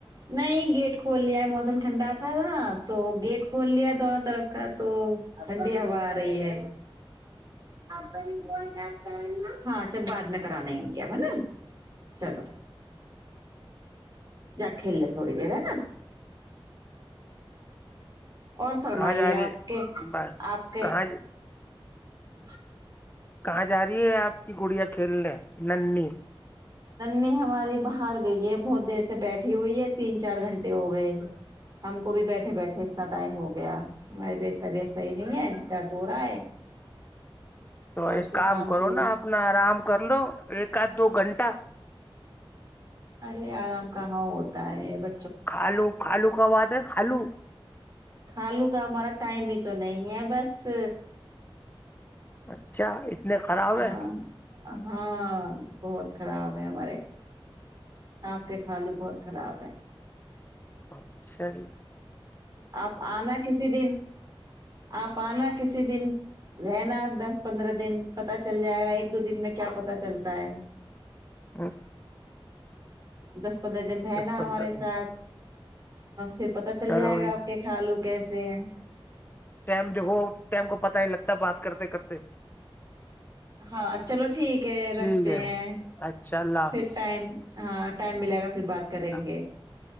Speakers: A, on the right (about 45°); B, on the left (about 20°).
A: نہیں گیٹ کھول لیا ہے موسم ٹھنڈا تھا نا تو گیٹ کھول لیا دونوں طرف کا تو ٹھنڈی ہوا آ رہی ہے ب ہاں جب بد میں
B: کہاں
A: کرانا کیا ہے نا چلو جا کھیلیں تھوڑی دیر ہے نا اور فرمائیے
B: جا رہی
A: آپ
B: ہے
A: کے
B: بس
A: آپ کے
B: کہاں
A: <unintelligible>
B: کہاں جا رہی ہے آپ کی گڑیا کھیلنے نھی
A: نی ہماری باہر گئی ہے بہت دیر سے بیٹھی ہوئی ہے تین چار گھنٹے ہو گئے ہم کو بھی بیٹھے بیٹھے اتنا ٹائم ہو گیا ہمارے طبیعت صحی نہیں ہے درد ہو رہا ہے
B: تو
A: پر
B: ایک
A: اس کے
B: کام کرو
A: کی وجہ
B: نا اپنا آرام کر لو ایک آھ دو گھنٹہ
A: ارے آرام کہاں ہوتا ہے ب
B: خالو خالو کب بات ہے خالو
A: کھا لوں کا ہمارا ٹائم بھی تو نہیں ہے بس
B: اچھا اتنے خراب
A: آاں
B: ہے
A: ہاں بہت خراب ہے ہمارے آپ کے خھالو بہت خراب ہے
B: اچچلی
A: آپ آنا کسی دن آپ آنا کسی دن رہنا دس پندرہ دن پتا چل جائے گا ایک دو دن میں کیا پتا چلتا ہے
B: پق
A: دس پندرہ دن رہنا
B: پندرہ
A: ہمارے ساتھ ہ پتا چل
B: چلو
A: جائے گا آپ کو کے کھا لو کیسے
B: ٹم دیکھو ٹم کو پتاہ نہیں لگتا بات کرتے کرتے
A: ہاں چلو ٹھیک ہے
B: ٹھیک
A: رکھتے
B: ہے
A: ہیں
B: اچھا اللہ حافظ
A: پھر ٹائم ہاں ٹائم ملے گا پھر بات کریں
B: اللہ
A: گے